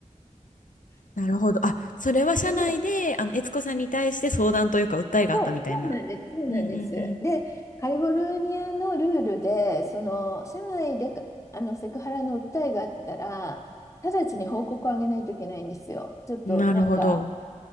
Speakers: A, on the left (about 85°); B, on the left (about 25°).
A: なるほど。あ、それは社内で、
B: でも、
A: あの、悦子さんに対して相談というか訴えがあったみたいな。
B: そう、そうなんです、そうなんです。
A: うんうん
B: で、カリフォルニアのルールで、その、社内でかあのセクハラの訴えがあったら、直ちに報告をあげないといけないんですよ。ちょっとなんか、
A: うん。なるほど。